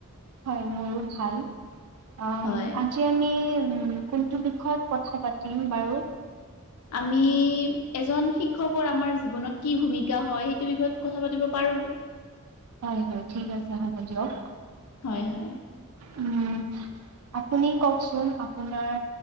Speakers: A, on the right (about 85°); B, on the left (about 85°).
A: হয় মোৰো ভাল। অ আজি
B: হয়
A: আজি আমি উম কোনটো বিষয়ত কথা পাতিম বাৰু?
B: আমি এজন শিক্ষকৰ আমাৰ জীৱনত কি ভূমিকা হ'য় সেইটো বিষয়ত কথা পাতিব পাৰো।
A: হয়, হয়। ঠিক আছে হ'ব দিয়ক।
B: হয়, হয়।
A: উম। আপুনি কওকচোন আপোনাৰ